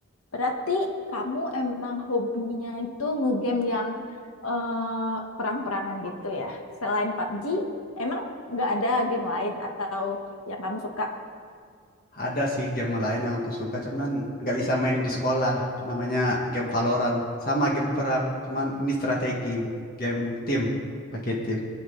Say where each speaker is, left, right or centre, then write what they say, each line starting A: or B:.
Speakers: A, on the left (about 90°); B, on the left (about 40°).
A: Berarti kamu emang hobinya itu ngegame yang eh, perang-perangan gitu ya? Selain PUBG, emang nggak ada game lain atau yang kamu suka?
B: Ada sih game lain yang aku suka, cuman nggak bisa main di sekolah. Namanya game Valorant, sama game perang. Cuman ini strategi, game tim, pakai tim,